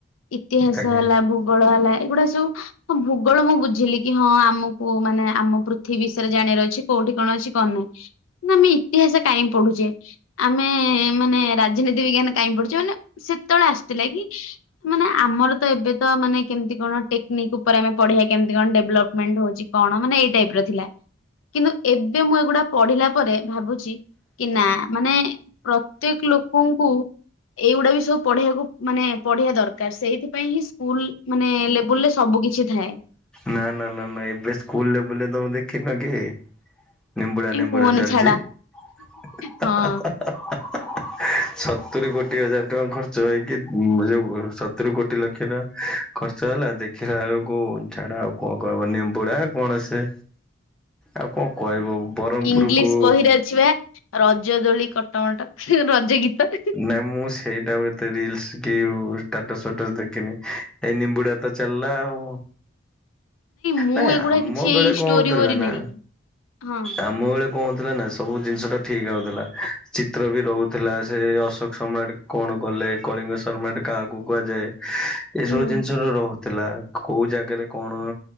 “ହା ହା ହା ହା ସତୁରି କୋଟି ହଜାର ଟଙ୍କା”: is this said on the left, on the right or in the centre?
Centre